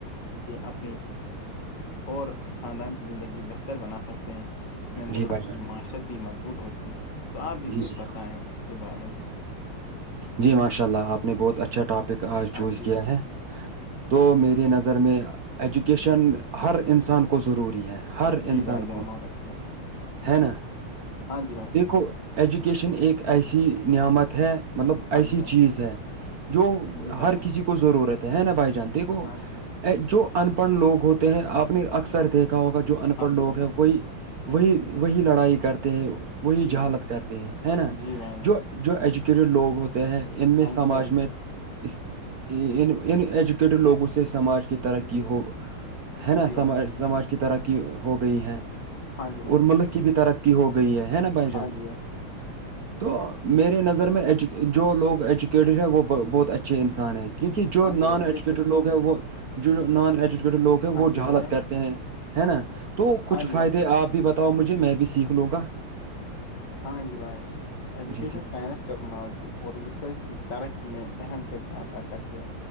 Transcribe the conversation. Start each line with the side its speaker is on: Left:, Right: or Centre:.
Left: کے اپنی اور خاندان کی زندگی بہتر بنا سکتے ہیں اس میں ملک
Right: جی بھائی
Left: کی
Right: جان
Left: معاشت بھی مضبوط ہوتی ہے تو آپ بھی
Right: جی
Left: کچھ
Right: جی
Left: بتائیں اس کے بارے میں
Right: جی ماشاء اللہ آپ نے بہت اچھا ٹاپک آج
Left: ہاں
Right: چوز
Left: جی
Right: کیا
Left: بھائی
Right: ہے تو میری نظر میں ایجوکیشن ہر انسان کو ضروری ہے ہر
Left: جی
Right: انسان
Left: بھائی جان
Right: کو
Left: بہت اچھی بات ہے
Right: ہے نا
Left: ہاں جی بھائی
Right: دیکھو ایجوکیشن ایک ایسی نعمت ہے مطلب
Left: ہاں
Right: ایسی
Left: جی بھائی
Right: چیز ہے جو
Left: جی بھائی
Right: ہر
Left: جان
Right: کسی کو ضرورت ہے نا بھائی جانتے
Left: ہاں جی بھائی
Right: جو ان پڑھ لوگ ہوتے ہیں آپ نے اکثر دیکھا ہوگا جو ان
Left: ہاں
Right: پڑھ لوگ
Left: جی بھائی
Right: ہیں کوئی وہی وہی لڑائی کرتے ہیں وہی
Left: جی بھائی
Right: جہالت
Left: جان
Right: کرتے ہیں ہے نا
Left: جی بھائی جان
Right: جو جو ایجوکیٹڈ لوگ ہوتے ہیں ان میں
Left: ہاں
Right: سماج
Left: جی بھائی
Right: میں اس ان ان ایجوکیٹڈ لوگوں سے سماج کی ترقی ہو ہے نا
Left: جی بھائی
Right: سماج
Left: جان
Right: سماج کی ترقی ہو گئی ہے
Left: ہاں جی بھائی
Right: اور ملک کی بھی ترق ہو گئی ہے نا بھائی جان
Left: ہاں جی
Right: تو میرے نظر مظر میںج جو لوگ ایجوکیٹیڈ ہیں وہ بہت اچھے انسان ہیں کیونکہ جو
Left: ہاں
Right: نان
Left: جی بھائی اس
Right: ایجوکیٹڈ
Left: سے کچھ
Right: لوگ ہے وہ جو نان ایجوکیٹڈ لوگ ہیں
Left: ہاں
Right: وہ
Left: جی
Right: جہالت
Left: بھائی
Right: کرتے ہے نا تو کچھ
Left: ہاں جی
Right: فائدے
Left: بھائی
Right: آپ بھی بتاؤ مجھے میں بھی سیکھ لوں گا
Left: ہاں جی بھائی ایجوکیشن
Right: جی جی
Left: سائنس ٹیکنالوجی اور ریسرچ کی ترقی میں اہم کردار ادا کرتے ہیں